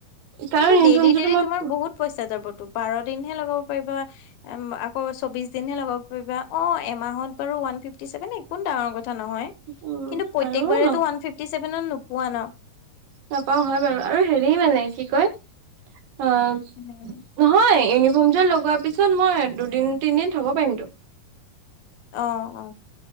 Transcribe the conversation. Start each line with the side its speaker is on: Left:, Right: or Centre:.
Right: কাৰণ
Left: কিন্তু ডেইলি
Right: যোনটো
Left: ডেইলি
Right: তোমাক
Left: তোমাৰ বহুত পইচা যাবতো বাৰ দিনহে লগাব পাৰিবা। আকৌ চৌবিশ দিন হে লগাব পাৰিবা অ এমাহত বাৰু ওৱান ফিফটি ছেভেন একো ডাঙৰ কথা নহয়।
Right: উম
Left: কিন্তু প্ৰত্যেকবাৰেতো
Right: আৰু ন
Left: ওৱান ফিফটি ছেভেনত নোপোৱা ন
Right: নাপাওঁ হয় বাৰু আৰু হেৰি মানে কি কয় অ
Left: উম
Right: নহয় ইউনিফৰ্ম যোৰ লগোৱাৰ পিছত মই দুদিন তিনদিন থব পাৰিমতো।
Left: অ অ,